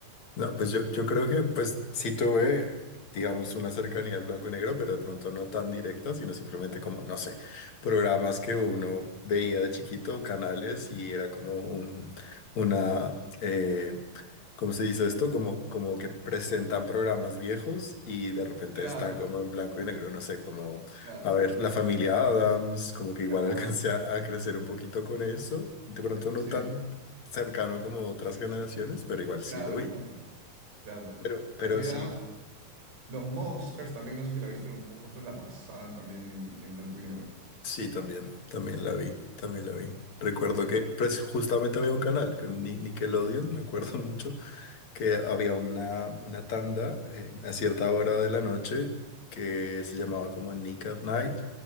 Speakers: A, on the left; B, on the right.
A: No, pues yo, yo creo que pues sí tuve, digamos, una cercanía al blanco y negro, pero de pronto no tan directa, sino simplemente como, no sé, programas que uno veía de chiquito, canales, y era como un, una, eh, ¿cómo se dice esto? Como, como que presentan programas viejos y de repente
B: Claro,
A: están como en blanco y negro, no sé, como,
B: Claro,
A: a ver, la familia Adams, como que igual
B: claro,
A: <laughs> alcancé a, a crecer un poquito con eso, de pronto no
B: sí,
A: tan cercano como otras generaciones, pero igual sí
B: claro,
A: lo vi.
B: claro, claro.
A: Pero,
B: La
A: pero
B: Family
A: sí,
B: Adams, los Monsters también, no sé si la viste, los Monsters la pasaban también en, en blanco y negro.
A: sí, también, también la vi, también la vi. Recuerdo que pues, justamente había un canal, que Ni- Nickelodeon, me acuerdo <laughs> mucho, que había una, una tanda eh, a cierta hora de la noche que se llamaba como Nick at Night,